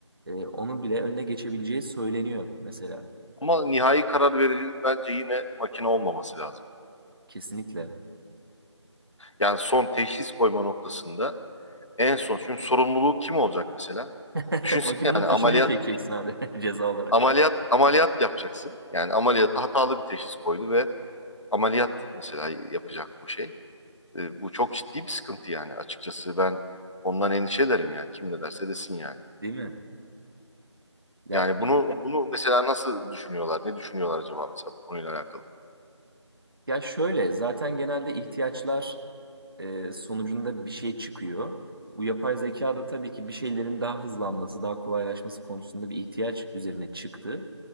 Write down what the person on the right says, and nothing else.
e, onun bile önüne geçebileceği söyleniyor mesela.
Kesinlikle.
<laughs>
Makinenin
fişini
mi çekeceksin abi <laughs> ceza olarak?
Değil mi? Ya,
ya şöyle zaten genelde ihtiyaçlar e, sonucunda bir şey çıkıyor. Bu yapay zeka da tabii ki bir şeylerin daha hızlanması, daha kolaylaşması konusunda bir ihtiyaç üzerine çıktı.